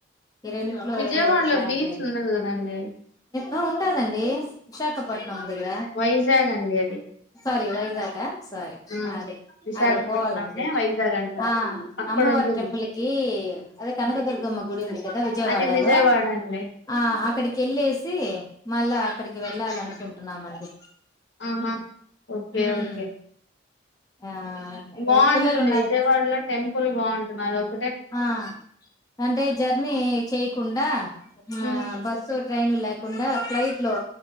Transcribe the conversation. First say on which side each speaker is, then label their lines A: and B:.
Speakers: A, on the left; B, on the left.
A: ఈ రెండిట్లో
B: విజయవాడలో
A: ఏదో ఒకటి ప్లాన్
B: బీచ్
A: చేయాలి
B: ఉండదు కదండి
A: ఆ ఉంటాదండి విశాఖపట్నం దగ్గర
B: వైజాగ్ అండి అది
A: సారీ వైజాగ సారీ
B: హ్మ్.
A: అదే
B: విశాఖపట్నంనే
A: అక్కడ పోవాలండి
B: వైజాగ్ అంటారు.
A: ఆ
B: అక్కడుంటుంది.
A: అమ్మవారి టెంపుల్కి అదే కనకదుర్గమ్మ గుడి ఉంది కదా విజయవాడలో
B: అది విజయవాడ అండి.
A: ఆ అక్కడికి వెళ్ళేసి మళ్ళా అక్కడికి వెళ్ళాలి అనుకుంటున్నామండి
B: ఆహా ఓకే
A: ఉమ్
B: ఓకే
A: ఆ
B: బాగుంటుంది
A: పిల్లలు ఉన్నారు
B: విజయవాడలో టెంపుల్ బాగుంటుంది అదొక్
A: ఆ అంటే జర్నీ చేయకుండా
B: హ్మ్.
A: ఆ బస్సు ట్రైన్ లేకుండా ఫ్లైట్ లో